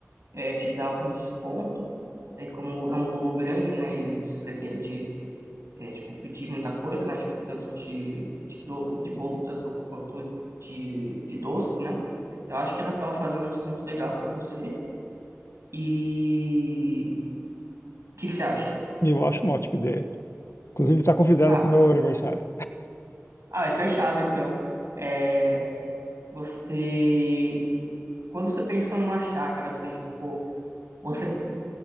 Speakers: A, on the right (about 70°); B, on the left (about 65°).
A: é, te dar algum desconto, é, como é um bolo grande, né, e se pretende, é, tipo, pedir muita coisa, né, tipo, tanto de, de, do, de bolo tanto quanto de, de doces, né? Eu acho que dá para ela fazer um desconto legal para você. E o que que você acha?
B: Eu acho uma ótima ideia. Inclusive, está convidada
A: Ah,
B: para o meu aniversário.
A: ah, é fechado, então. É, Você, quando você pensa numa chácara, assim, tipo, você